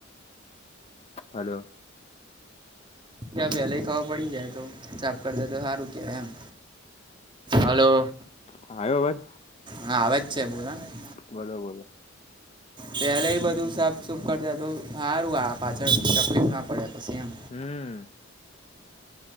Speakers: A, on the left (about 30°); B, on the right (about 25°).
A: હલો.
B: ક્યા પેલા ખાવા પડી જાય તો સાફ કરડે તો સારું કેવાય એમ, હલો.
A: હા એવો જ
B: હા આવે જ છે બોલો ને.
A: બરોબર.
B: પેલાઈ બધું સાફ સુફ કરદે તો હારું આ પાછળ તપલીપ ના પડે. પછી એમ
A: હમ્મ.